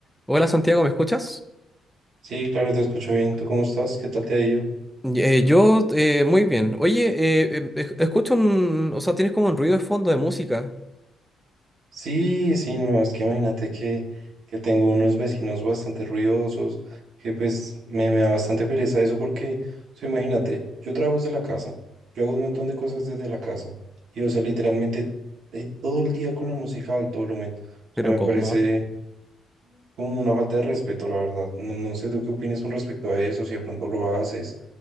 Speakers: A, in the centre; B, on the right.
A: Hola Santiago, ¿me escuchas?
B: Sí, claro, te escucho bien. ¿Tú cómo estás? ¿Qué tal te ha ido?
A: Eh, yo eh, muy bien. Oye, eh, em, esc- escucho un... O sea, tienes como un ruido de fondo de música.
B: Sí, sí, no, es que imagínate que, que tengo unos vecinos bastante ruidosos, que pues me, me da bastante pereza eso porque, o sea, imagínate, yo trabajo desde la casa, yo hago un montón de cosas desde la casa, y o sea, literalmente eh, todo el día con la música a alto volumen, o
A: Pero
B: sea, me
A: ¿cómo?
B: parece como una falta de respeto, la verdad. No, no sé tú qué opinas con respecto a eso, si de pronto lo haces,